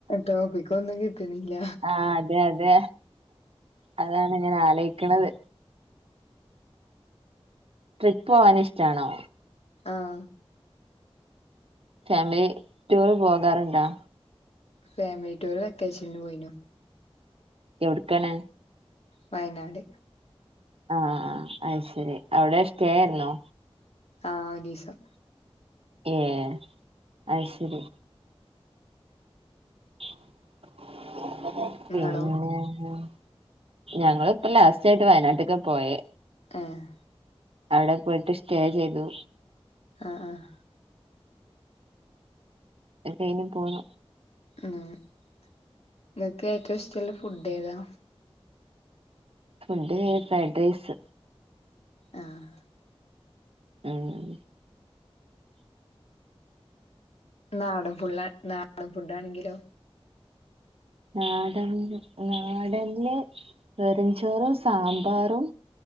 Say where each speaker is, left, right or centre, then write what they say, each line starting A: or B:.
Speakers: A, on the left; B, on the right.
A: ടോപ്പിക്കൊന്നും കിട്ടണില്ല
B: ആഹ് അതെ അതെ അതാണ് ഇങ്ങനെ ആലോയിക്ക്ണത് ട്രിപ്പ് പോവാന് ഇഷ്ട്ടാണോ?
A: ആഹ്
B: ഫാമിലി റ്റൂറ് പോകാറുണ്ടോ?
A: ഫാമിലി ടൂറ് വെക്കേഷനിൽ പോയിനു
B: എവിട്ക്കാണ്
A: വയനാട്
B: ആഹ് അയ് ശരി അവിടെ സ്റ്റേ ആയിരുന്നോ
A: ആഹ് ഒരീസം
B: ഏയ് അയ് ശരി പിന്നേ
A: നിങ്ങളോ
B: ഞങ്ങളിപ്പം ലാസ്റ്റായിട്ട് വയനാട്ട്ക്ക പോയേ
A: ഏഹ്
B: അവിടെ പോയിട്ട് സ്റ്റേ ചെയ്തു
A: ആഹ് ആഹ്
B: അത് കയിഞ്ഞ് പോന്നു
A: ഉം ഇങ്ങക്ക് ഏറ്റവും ഇഷ്ടള്ള ഫുഡ് ഏതാ?
B: ഫുഡ് ഫ്രൈഡ് റൈസ്
A: ആഹ്
B: ഉം
A: നാടൻ ഫുള്ള് നാടൻ ഫുഡാണങ്കിലോ?
B: നാടൻല് നാടന് വെറുംചോറും സാമ്പാറും